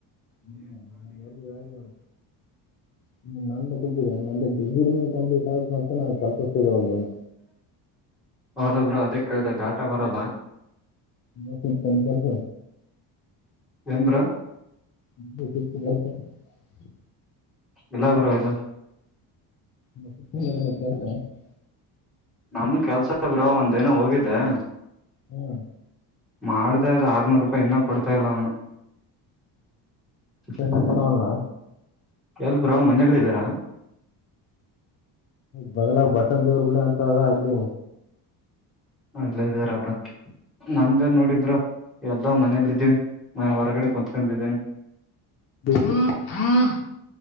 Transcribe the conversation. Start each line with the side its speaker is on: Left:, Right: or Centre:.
Left: ಹ್ಮ್ರೆದ ವ ಮಾಡ ಹ್ಮ ನ <unintelligible> <unintelligible> <inaudible> ಡಿಗ್ರಿ ನ ಅಂದ್ರ ಡಿಗ್ರಿಿನ ಕಂಪ್ಲೀಟ್ ಆು ಅಂತ ನು ಕಸ <unintelligible>
Centre: ಹೌದುಬ್ರೋಲಅದ ಕೇಳತ ಡಾಟ ಬರಲ್ಲ.
Left: ಮ ಸು ತ ಕೆಲ್ಸ
Centre: ಏನ್ ಬ್ರೋ
Left: <inaudible> ಲ್ಲ <unintelligible> <unintelligible>
Centre: ಇಲ್ಲ ಬ್ರೋ ಇಲ್ಲ
Left: ಮ ನ ಕತ <unintelligible>
Centre: ನಮ್ಮ, - ಕೆಲ್ಸದ್ರ ಒಂದ ದಿನ ಹೋಗಿ, - ಅದಾ <inaudible>
Left: ಹ್ಮ್,
Centre: ಮಾಡ್ದ ಆದ ಆರ್ನೂರು ರೂಪಾಯಿ ಇನ್ನ ಕೊಡ್ತಾಲ್ಲ ಅವ್ನು. -
Left: ನೂರು ಕೊಡವಲ್ಲ
Centre: ಎಲ್ ಬ್ರೋ ಮನೇಲ್ಲ ಇದ್ದಾರಾ...
Left: ಬಲ ಬಸಂತವರು <inaudible> ಅಂತ ದಅಲ್ಲಿ.,
Centre: ಅಲ್ಲ ಇದಾರಬ್ರ ನಮ್ದೇ ನೋಡಿಬ್ರ ಎಲ್ಲೋ ಮನೇಲಿ ಇದ್ದೀವಿ. ಮನೆ ಹೊರಗಡೆ ಕುತ್ಕೊಂಡಿದ್ದೀನಿ.
Left: ಹ ಹಾ <inaudible>